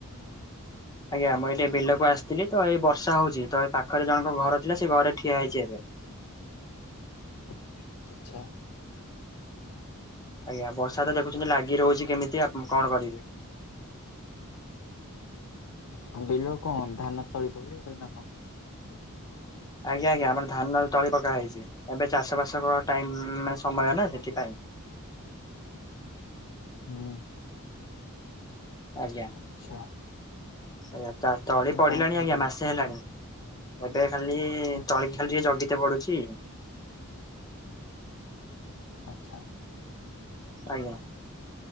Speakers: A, on the left; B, on the left.
A: ଆଜ୍ଞା ମୁଁ ଏଇଠି ବିଲକୁ ଆସିଥିଲି ତ ଏଇ ବର୍ଷା ହଉଛି ତ ଏ ପାଖରେ ଜଣଙ୍କ ଘର ଥିଲା ସେ ଘରେ ଠିଆ ହେଇଛି ଏବେ।
B: ଆଚଛା <unintelligible>
A: ଆଜ୍ଞା ବର୍ଷା ତ ଦେଖୁଛନ୍ତି ଲାଗି ରହୁଛି କେମିତି ଆ କଣ କରିବି।
B: ହୁଁ ବିଲ କଣ ଧାନ ତଳି ପକେଇ ଦେଲେ ନା କଣ?
A: ଆଜ୍ଞା ଆଜ୍ଞା ଆମର ଧାନ ତଳି ପକା ହେଇଛି ଏବେ ଚାଷ ବାସ ଟାଇ ମାନେ ସମୟ ନା ସେଥିପାଇଁ।
B: ହୁଁ।
A: ଆଜ୍ଞା।
B: ଆଚ୍ଛା
A: ଆଜ୍ଞା ତଳେ
B: ଆଉ
A: ପଡିଲାଣି
B: କଣ ଖାଇଥିଲେ?
A: ଆଜ୍ଞା ମାସେ ହେଲାଣି। ଏବେ ଖାଲି
B: ହୁଁ
A: ତଳକି ଖଲିିକ ଜଗିତେ ପଡୁଛି।
B: ଆଛା।
A: ଆଜ୍ଞା।